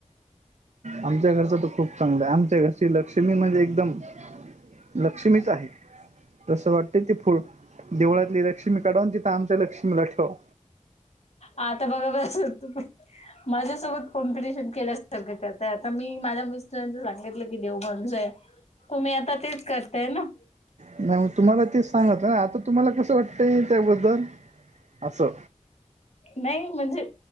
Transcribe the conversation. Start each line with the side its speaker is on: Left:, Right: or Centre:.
Right: आमच्या घरचं तर खूप चांगलं आहे, आमच्या घरची लक्ष्मी म्हणजे एकदम. लक्ष्मीच आहे. तसं वाटते ती फु देवळातली लक्ष्मी काढव, आणि तिथं आमच्या लक्ष्मीला ठेवाव.
Left: आता बघा बस होत. माझ्यासोबत कॉम्पिटिशन केल्यासारखं करताय. आता मी माझ्या मिस्टरांच सांगितलं की देव माणूस हाय. तुम्ही आता तेच, करताय ना.
Right: नाही मग तुम्हाला ते सांगत ना, आता तुम्हाला कसं वाटतंय त्याबद्दल असं.
Left: नाही म्हणजे